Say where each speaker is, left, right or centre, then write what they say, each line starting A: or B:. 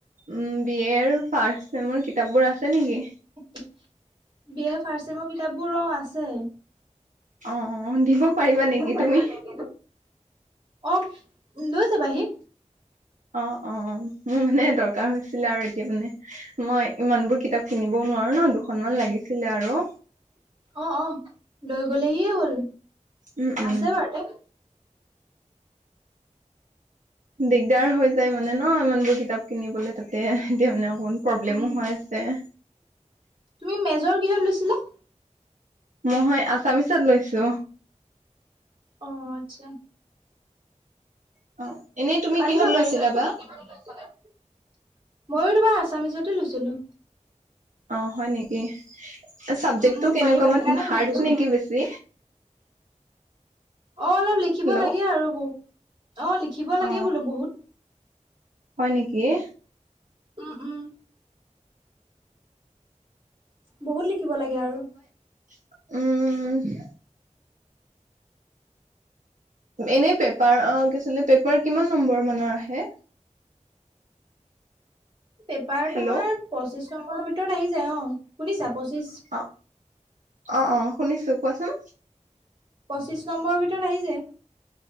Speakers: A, on the right; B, on the right.
A: উম বি এ ৰ ফাৰ্ষ্ট চেমৰ কিতাপবোৰ আছে নেকি
B: বিএ ফাৰ্ষ্ট চেমৰ কিতাপবোৰ অ আছে
A: অ অ দিব পাৰিবা
B: দিব
A: নেকি
B: পাৰিবা
A: তুমি
B: নেকি অ লৈ যাবাহি
A: অ অ মোৰ মানে দৰকাৰ হৈছিলে আৰু এতিয়া মানে মই ইমানবোৰ কিতাপ কিনিবও নোৱাৰো ন দুখনমান লাগিছিলে আৰু
B: অ অ লৈ গলেহিয়ে হ'ল
A: উম উম
B: আছে বাৰু এইয়াতে
A: দিগদাৰ হৈ যায় মানে ন ইমান বোৰ কিতাপ কিনিবলে তাতে এতিয়া মানে অকণমান প্ৰব্লেমো
B: উম
A: হৈ আছে
B: তুমি মেজৰ কিহত লৈছিলা
A: মই আছামিচত লৈছো
B: অ আচ্ছা
A: অ এনেই তুমি
B: পাৰিবা
A: কিহত
B: পাৰিবা
A: লৈছিলা
B: মইয়ো
A: বা
B: তোমাৰ আছামিচতে লৈছিলো
A: অ হয় নেকি ছাবজেক্টটো
B: উম উম
A: কেনেকুৱা
B: পাৰিবা সেইকাৰণে
A: বা হাৰ্ড
B: সুধি লৈছো
A: নেকি বেছি
B: অ অলপ লিখিব
A: হেল্ল'
B: লাগে আৰু ব অ লিখিব লাগে
A: অ
B: বোলো বহুত
A: হয় নিকিহ
B: উ উম বহুত লিখিব লাগে আৰু
A: উহ এনেই পেপাৰ অ কি আছিলে পেপাৰ কিমান নম্বৰ মানৰ আহে
B: পেপাৰ
A: হেল্ল'
B: তোমাৰ পঁচিশ নম্বৰৰ ভিতৰত আহি যায় অ শুনিছা পঁচিছ
A: অ অ অ শুনিছো কোৱাচোন
B: পঁচিছ নম্বৰ ভিতৰত আহিছে